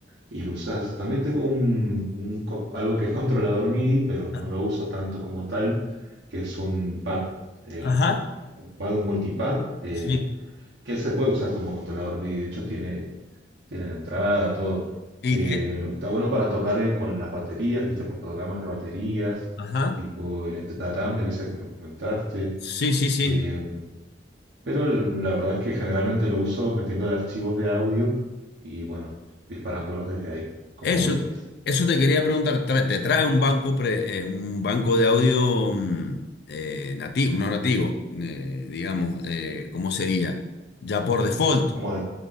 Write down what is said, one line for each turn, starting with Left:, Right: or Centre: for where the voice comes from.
Right: y lo usas. También tengo un, un co- algo que es controlador MIDI, pero no
Left: Ah,
Right: lo uso tanto como tal, que es un pad, eh,
Left: Ajá.
Right: un pad, un multipad, eh,
Left: Sí.
Right: que se puede usar como controlador MIDI. De hecho, tiene, tiene la entrada, todo. Eh,
Left: Y, eh,
Right: lo- está bueno para tocar eh, con las baterías, viste, con programas de baterías,
Left: Ajá.
Right: tipo el ST Drummer, ese que me comentaste.
Left: Sí, sí, sí.
Right: Em, pero el- la verdad es que generalmente lo uso metiéndole archivos de audio y bueno, disparándolos desde ahí, como
Left: Eso,
Right: golpes.
Left: eso te quería preguntar. Tra- ¿Te trae un banco, pre- eh, un banco de audio mm, eh, nativo, no nativo, eh, digamos, eh, ¿cómo sería? Ya por default.
Right: Como